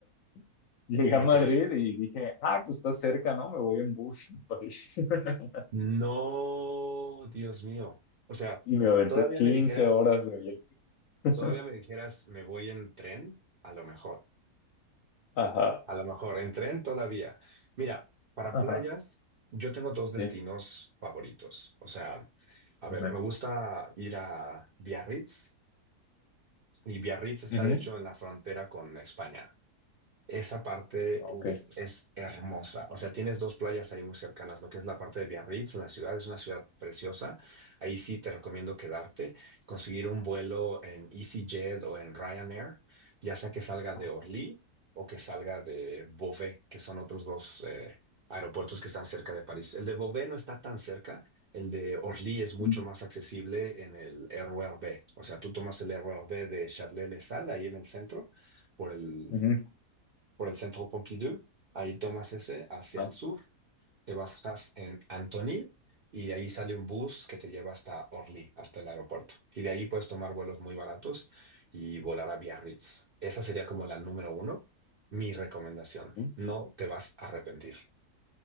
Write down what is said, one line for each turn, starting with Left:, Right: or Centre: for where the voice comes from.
Left: <laughs> llegué
Right: ok.
Left: a Madrid y dije, ah, pues está cerca, ¿no? Me voy en bus a París". <laughs>
Right: No, Dios mío. O sea,
Left: Y me aventé
Right: todavía
Left: quince
Right: me dijeras,
Left: horas de viaje. <laughs>
Right: todavía me dijeras, me voy en tren, a lo mejor.
Left: Ajá,
Right: A lo mejor en tren todavía. Mira, para
Left: ajá,
Right: playas, yo tengo dos
Left: sí,
Right: destinos favoritos. O sea, a
Left: dime.
Right: ver, me gusta ir a Biarritz y Biarritz está
Left: Ujú,
Right: de hecho en la frontera con España. Esa parte,
Left: ah,
Right: uf,
Left: Ok.
Right: es hermosa. O sea, tienes dos playas ahí muy cercanas, lo que es la parte de Biarritz, la ciudad es una ciudad preciosa. Ahí sí te recomiendo quedarte, conseguir un vuelo en EasyJet o en Ryanair, ya sea que salga de
Left: Ah,
Right: Orly o que salga de Beauvais, que son otros dos eh, aeropuertos que están cerca de París. El de Beauvais no está tan cerca, el de Orly es mucho
Left: Ujú,
Right: más accesible en el RER B. O sea, tú tomas el RER B de Charles-de-Sales ahí en el centro por el
Left: ujú,
Right: por el centro Pompidou, ahí tomas ese hacia
Left: ah,
Right: el sur, te bajas en Antony y ahí sale un bus que te lleva hasta Orly, hasta el aeropuerto. Y de ahí puedes tomar vuelos muy baratos y volar a Biarritz. Esa sería como la número uno, mi recomendación.
Left: ujú.
Right: No te vas a arrepentir.